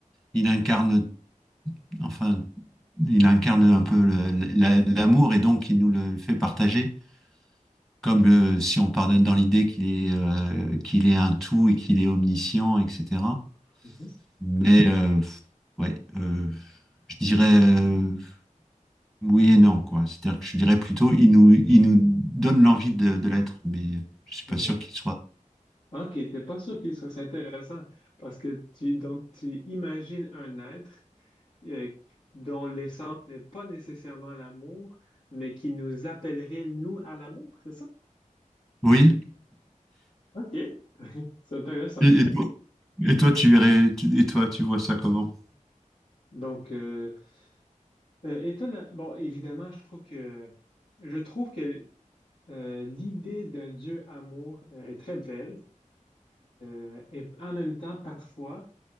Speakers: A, in the centre; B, on the left (about 60°).
A: il incarne, enfin, il incarne un peu le- la- l'amour et donc il nous le fait partager. Comme euh, si on part dans l'idée qu'il est, euh, qu'il est un tout et qu'il est omniscient, etc.
B: Mhm.
A: Mais euh, ouais, euh, je dirais. euh, Oui et non, quoi. C'est-à-dire que je dirais plutôt, il nous, il nous donne l'envie de, de l'être, mais je suis pas
B: Hmm.
A: sûr qu'il soit.
B: Ok, t'es pas sûr qu'il soit c'est intéressant parce que tu donc tu imagines un être euh, dont l'essence n'est pas nécessairement l'amour, mais qui nous appellerait, nous, à l'amour, c'est ça?
A: Oui.
B: OK, c'est intéressant.
A: Et, et toi, et toi, tu verrais, tu- et toi, tu vois ça comment?
B: Donc, euh, euh, étonnant. Bon, évidemment, je trouve que je trouve que euh, l'idée d'un Dieu amour euh, est très belle. Euh, et en même temps, parfois,